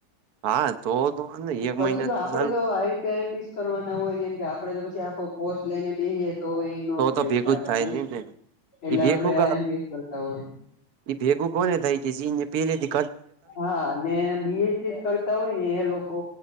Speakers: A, on the right (about 55°); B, on the left (about 85°).
A: હા તો તો વાંધો નઈ એક
B: પછી
A: મહિનાથી
B: તો આપડે
A: ચાલુ
B: તો આઈ એમ પી કરવાના હોય કેમ કે આપડે તો પછી આખો કોર્ષ લઈને બેસીએ તો હોય નો
A: તો
B: ભેરુ
A: તો ભેગું
B: થાય આપડા
A: જ
B: થી
A: નઈ ને
B: એટલે
A: એ ભેગું
B: આપડે આઈ એમ પી કરતા હોય
A: એ ભેગું કોને થાય કે <unintelligible> જે ઇને પહેલે દી્
B: હા ને બી એસ સીસ કરતા હોય ને એ લોકો